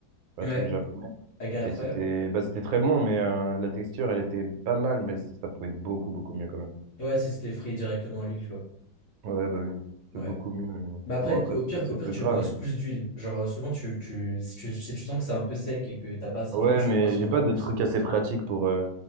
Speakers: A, on the right; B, on the left.
A: un
B: Ouais,
A: truc japonais.
B: avec un air
A: Et
B: fryer?
A: c'était bah, c'était très bon, mais euh, la texture, elle était pas mal, mais ça pouvait être beaucoup, beaucoup mieux quand même.
B: Ouais, si c'était frit directement à l'huile, tu vois.
A: Ouais, bah oui,
B: Ouais.
A: c'est beaucoup mieux. mais-
B: Bah après,
A: Bon, après,
B: au
A: c'est
B: pire,
A: sûr, c'est
B: au pire,
A: plus
B: tu
A: gras,
B: brosses
A: mais.
B: plus d'huile. Genre, euh, souvent, tu, tu, si tu, si tu sens que c'est un peu sec et que t'as pas assez
A: Ouais,
B: d'huile, tu
A: mais
B: brosses
A: j'ai
B: encore
A: pas de
B: plus.
A: truc assez pratique pour. euh,